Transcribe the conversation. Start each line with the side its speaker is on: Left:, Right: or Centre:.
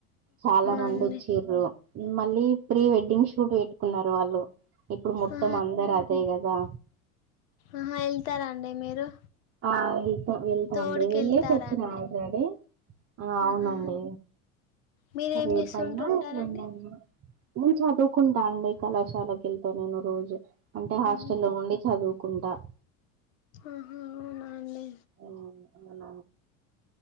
Right: చాలా మంది
Left: అవునండి
Right: ఒచ్చిర్రు మళ్ళీ ప్రీ వెడ్డింగ్ షూట్ పెట్టుకున్నారు వాళ్ళు ఇప్పుడు మొత్తం
Left: ఆ
Right: అందరు అదే కదా
Left: ఆ వెళ్తారాండి మీరు
Right: ఆ వెళ్తా వెళ్తాండి
Left: తోడుకి
Right: వెళ్ళేసి
Left: వెళ్తారా
Right: వచ్చినా
Left: అండి
Right: ఆల్రెడీ ఆ అవునండి
Left: ఆహా మీరేం
Right: రేపయినా
Left: చేస్తుంటుంటారండి
Right: ఎల్లుడైనా ను చదువుకుంటా అండి కళాశాలకు వెళ్తా నేను రోజు అంటే హాస్టల్ల్లో
Left: ఉహు.
Right: ఉండి చదువు కుండా
Left: ఆహా అవునా అండి
Right: అ అన